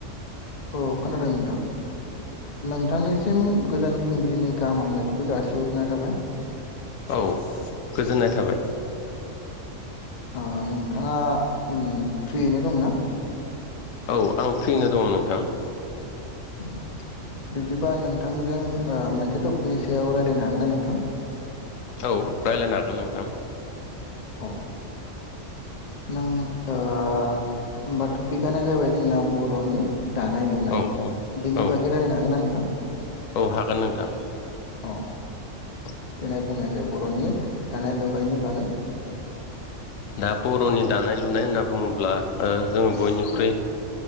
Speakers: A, on the left; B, on the left.
A: औ खोनादों नोंथां। नोंथांनिसिम गोजोन फुंबिलिनि गाहाम हामलायथिखौ जासिहरग्रोनाय थाबाय।
B: औ गोजोननाय थाबाय।
A: आ नोंथाङा उम फ्रियैनो दंना?
B: औ आं फ्रियैनो दङ नोंथां।
A: ओम। बिब्दिबा नोंथांजों ओ मोनसे टपिकनि सायाव रायज्लायनो हागोन ना नोंथां?
B: औ रायलायनो हागोन नोंथां।
A: औ। नों ओ होमबा टपिकआनो जाबाय जोंना बर'नि दानाय लुनाय
B: औ औ
A: बेनि
B: औ
A: बागै रायजलायनो हागोन ना नोंथां?
B: औ हागोन नोंथां।
A: अ
B: <inaudible>
A: देनाय बुंनायसै बर'नि दानाय लुनायनि बागै।
B: दा बर'नि दानाय लुनाय होनना बुङोब्ला ओ जोङो बयनिख्रुइ